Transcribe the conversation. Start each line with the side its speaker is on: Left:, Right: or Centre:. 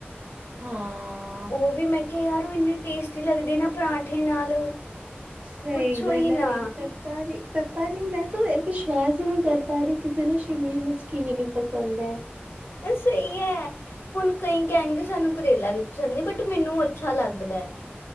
Right: ਹਾਂ।
Left: ਓ ਵੀ ਮੈਂ ਕਿਹਾ ਯਾਰ, ਉਹ ਇੰਨੀ ਟੇਸਟੀ ਲੱਗਦੀ ਨਾ ਪਰਾਂਠੇ ਨਾਲ,
Right: ਸਹੀ
Left: ਪੁੱਛੋ
Right: ਗੱਲ
Left: ਹੀ ਨਾ।
Right: ਹੈ ਬਈ ਪਤਾ ਨੀ, ਪਤਾ ਨੀ ਮੈਂ ਤੋ ਵਿਸ਼ਵਾਸ ਹੀ ਨਹੀਂ ਕਰ ਪਾ ਰਹੀ, ਕਿਸੇ ਨੂੰ ਸ਼ਿਮਲੀ ਮਿਰਚ ਕਿਵੇਂ ਨੀ ਪਸੰਦ ਐ।
Left: ਬੱਸ ਇਹ ਐ ਹੁਣ ਕਈ ਕਹਿਣਗੇ ਸਾਨੂੰ ਕਰੇਲਾ ਵੀ ਪਸੰਦ ਨੀਂ, ਬਟ ਮੈਨੂੰ ਅੱਛਾ ਲੱਗਦੈ।